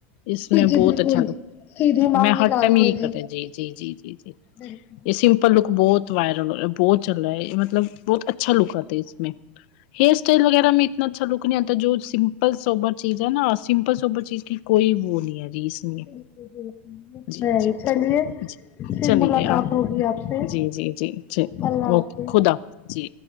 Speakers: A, on the left; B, on the left.
A: اس
B: جی
A: میں
B: جی
A: بہت
B: بالکل
A: اچھا
B: سیدھی مانگ
A: میں ہر
B: نکالتے
A: ٹائم
B: ہیں
A: کرتا جی جی جی جی جی
B: بالکل
A: یے سم پل لک بہت وائرل ہو رہا ہے بہت چل رہا ہے مطلب بہت اچھا لک آتا ہے اس میں ہیر سٹائل وغیرہ میں اتنا اچھا لک نہیں آتا جو سمپل سوبر چیز ہے نا سمپل سوبر چیز کی کوئی وہ نہیں ہے ریس
B: بالکل
A: جی
B: بالکل
A: جی
B: چلیے
A: جی
B: پھر
A: چلیے
B: ملاقات
A: آپ
B: ہوگی آپ سے
A: جی جی جی جی
B: اللہ حافظ
A: اوکے خد اب جی